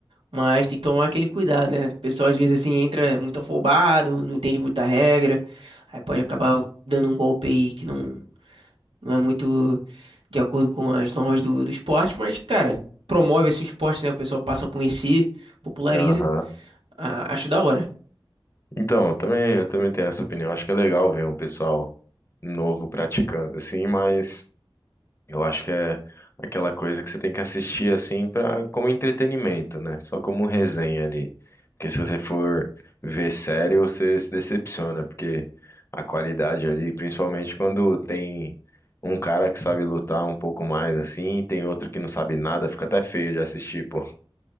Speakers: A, on the right (about 75°); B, on the left (about 30°).
A: mas tem que tomar aquele cuidado, né? O pessoal às vezes assim entra muito afobado, não entende muita regra, aí pode acabar dando um golpe aí que não, não é muito de acordo com as normas do, do esporte, mas, cara, promove esse esporte, né? O pessoal passa a conhecer, populariza,
B: Aham.
A: Ah, acho da hora.
B: Então, eu também, eu também tenho essa opinião. Acho que é legal ver um pessoal novo praticando, assim, mas Eu acho que é aquela coisa que você tem que assistir assim para como entretenimento, né? Só como resenha ali. Porque se você for ver sério, você se decepciona, porque a qualidade ali, principalmente quando tem um cara que sabe lutar um pouco mais assim, e tem outro que não sabe nada, fica até feio de assistir, pô.